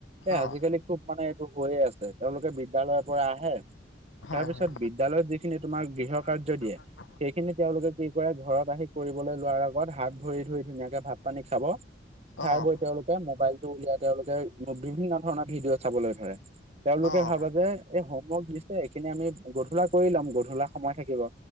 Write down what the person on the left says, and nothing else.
অঁ
হয়
হয়
<unintelligible>
অঁ
অঁ